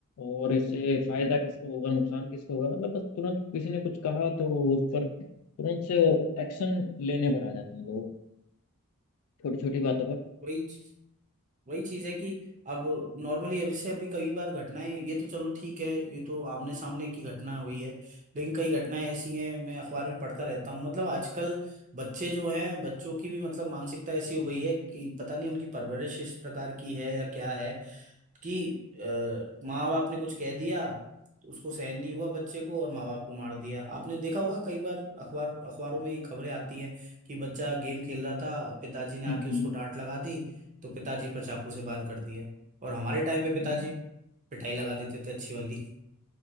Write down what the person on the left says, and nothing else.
और इससे फायदा किसको होगा नुकसान किसको होगा मतलब बस तुरंत किसी ने कुछ कहा तो उस पर तुरंत से वो एक्शन लेने पर आ जाते हैं लोग छोटी छोटी बातों पर
हम्म
हम्म।